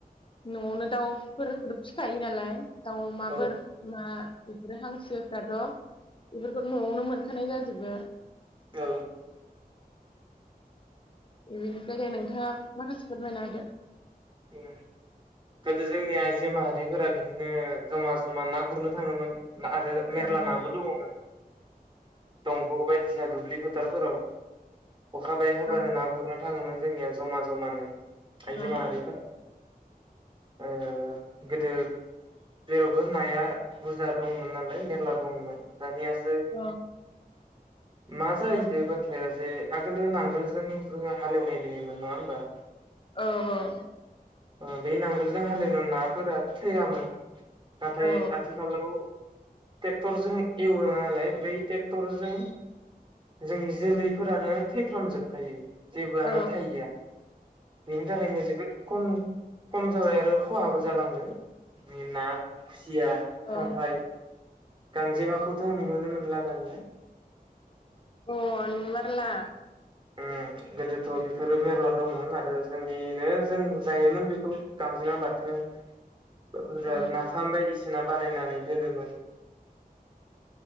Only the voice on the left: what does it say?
न'आवनो दाउफोरखौथ फिखायो नालाय दाउ अमा
बोरमा बेफोरो हांसोफ्राथ' बेफोरखौ न'आवनो मोनखानाय जाजोबो
ओ बेनिफ्राय नोंथाङा माखासे फोरमायना होदो
औ
औ
औ
औ
औ
औ औ
औ
औ
औ अ
अ नुमारला
औ